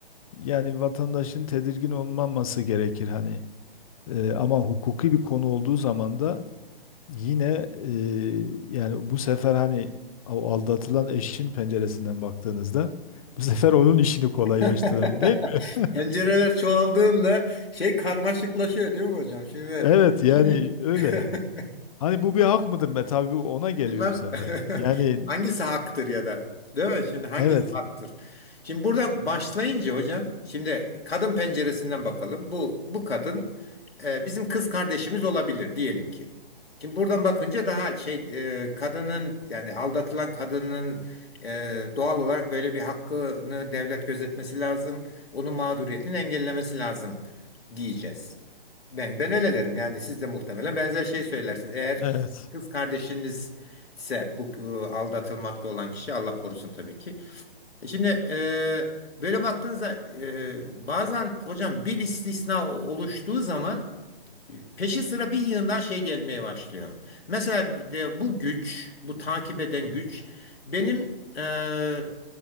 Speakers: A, on the left; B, on the left.
A: yani vatandaşın tedirgin olmaması gerekir hani. E, ama hukuki bir konu olduğu zaman da Yine e, yani bu sefer hani o aldatılan eşin penceresinden baktığınızda bu sefer onun işini kolaylaştıran
B: <laughs>
A: değil mi?
B: Pencereler çoğaldığında şey karmaşıklaşıyor değil mi hocam? Şimdi,
A: Evet
B: şimdi
A: yani öyle.
B: <laughs>
A: Hani bu bir hak mıdır be? Tabii bu ona geliyor
B: Bilmem
A: bu sefer.
B: <laughs>
A: Yani
B: hangisi haktır ya da değil mi? Şimdi hangisi
A: evet.
B: haktır? Şimdi buradan başlayınca hocam şimdi kadın penceresinden bakalım. Bu bu kadın e, bizim kız kardeşimiz olabilir diyelim ki. Şimdi buradan bakınca daha şey e, kadının yani aldatılan kadının e, doğal olarak böyle bir hakkını devlet gözetmesi lazım. Onun mağduriyetini engellemesi lazım diyeceğiz. Ben, ben öyle derim. Yani siz de muhtemelen benzer şey söylersiniz. Eğer
A: Evet.
B: kız kardeşiniz ise bu e, aldatılmakta olan kişi Allah korusun tabii ki. E Şimdi e, böyle baktığınızda e, bazen hocam bir istisna oluştuğu zaman Peşi sıra bir yığından şey gelmeye başlıyor. Mesela bir de bu güç, bu takip eden güç benim eee,